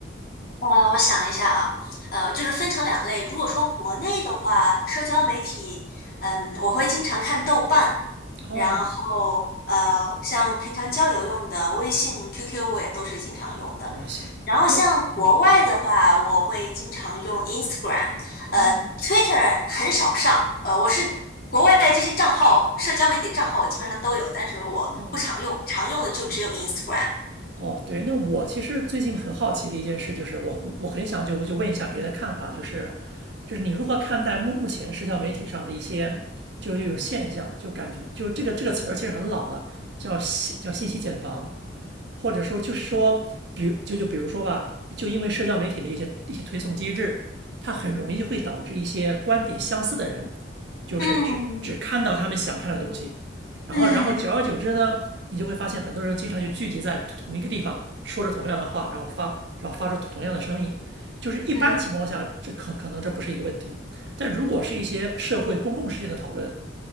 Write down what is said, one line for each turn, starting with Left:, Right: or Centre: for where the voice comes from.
Left: 呃，我想一下啊，呃，就是分成两类。如果说国内的话，社交媒体，嗯，我会经常看豆瓣，
Right: 哦
Left: 然后呃，像平常交友用的微信、QQ 我也都是经常用的。
Right: 哦，行，
Left: 然后像国外的话，
Right: 那嗯
Left: 我会经常用 Instagram，
Right: 哦，
Left: 呃，Twitter 很少上，呃，我是国外的这些账号，
Right: 是啊
Left: 社交媒体账号我基本上都有，但是我不常用，
Right: 哦，哦
Left: 常用的就只有
Right: 行。
Left: Instagram。
Right: 哦，对，那我其实最近很好奇的一件事就是我，我很想就我就问一下别人的看法，就是就是你如何看待目目前社交媒体上的一些就是这种现象，就感觉就这个这个词儿其实很老了，叫信叫信息茧房，或者说就是说，比如就就比如说吧，就因为社交媒体的一些一些推送机制，它很容易会导致一些观点相似的人，就是只只看到他们想看的东西，
Left: 嗯
Right: 然后然后久而久之呢，
Left: 嗯
Right: 你就会发现很多人经常就聚集在同一个地方，说着同样的话，然后发然后发出同样的声音，就是一般情况下这可可能这不是一个问题，
Left: 嗯。
Right: 但如果是一些社会公共事件的讨论，